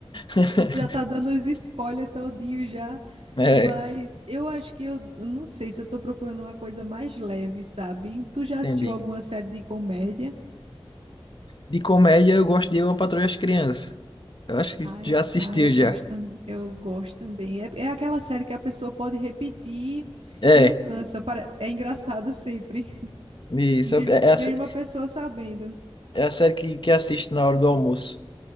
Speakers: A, on the left; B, on the right.
A: <laughs>
B: já tá dando os spoilers todinho já.
A: é,
B: Mas eu acho que eu, eu não sei se eu tô procurando uma coisa mais leve, sabe? Tu já assistiu
A: entendi.
B: alguma série de comédia?
A: De comédia, eu gosto de Eu, a Patroa e as Crianças. Eu acho que
B: Ah, é-
A: já assistiu
B: ah, eu gosto,
A: já.
B: tam- eu gosto também. É, é aquela série que a pessoa pode repetir
A: É,
B: e não cansa. Para- É engraçada sempre, <laughs>
A: isso.
B: mesmo,
A: É, é
B: mesmo
A: a, sé-
B: a pessoa sabendo.
A: é a série que, que assisto na hora do almoço,